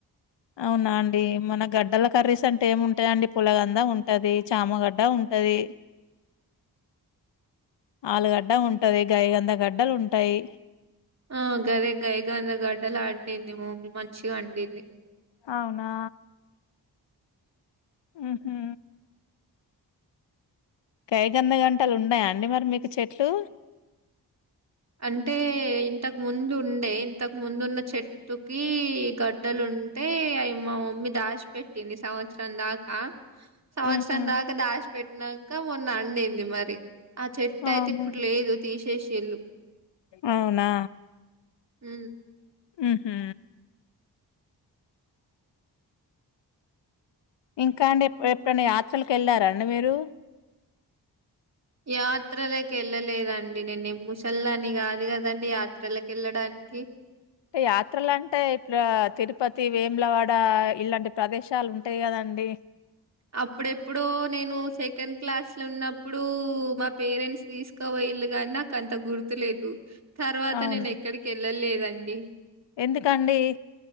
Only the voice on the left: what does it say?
అవునా అండి మన గడ్డల కర్రీస్ అంటే ఏముంటాయండి పులగంద ఉంటది చామగడ్డ ఉం టది ఆలుగడ్డ ఉంటది గాయి గంధ గడ్డలు ఉంటాయి
అవునా ఉహు గై గంద గంటలు ఉన్నాయా అండి మరి మీకు చెట్లు
ఉహు
అవును
అవునా
ఉహు ఇంకా అండి ఎప్ ఎప్పుడనా యాత్రలకు వెళ్ళారండి మీరు
యాత్రలు అంటే ఇట్ల తిరుపతి వేములవాడ ఇలాంటి ప్రదేశాలు ఉంటాయి కద అండి
అవును.
ఎందుకండి